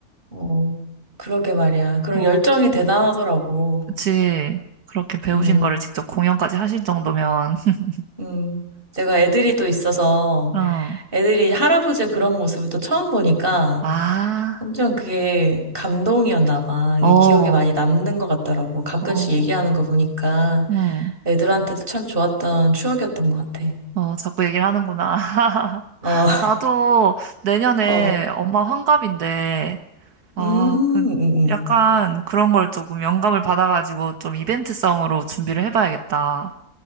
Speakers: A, on the right; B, on the right.
A: 어, 그러게 말이야. 그런
B: 어,
A: 열정이 대단하더라고.
B: 그치. 그렇게 배우신
A: 음,
B: 거를 직접 공연까지 하실 정도면, <laughs>
A: 음. 내가 애들이 또 있어서
B: 응.
A: 애들이 할아버지의 그런 모습을 또 처음 보니까
B: 아,
A: 엄청 그게 감동이었나 봐. 이게
B: 어,
A: 기억에 많이 남는 것 같더라고. 가끔씩
B: 어,
A: 얘기하는 거 보니까
B: 응.
A: 애들한테도 참 좋았던 추억이었던 것 같아.
B: 어, 자꾸 얘기를 하는구나. <laughs>
A: 어,
B: 나도 내년에
A: <laughs> 어.
B: 엄마 환갑인데, 아,
A: 음,
B: 그,
A: 음. 음.
B: 약간 그런 걸 조금 영감을 받아가지고 좀 이벤트성으로 준비를 해봐야겠다.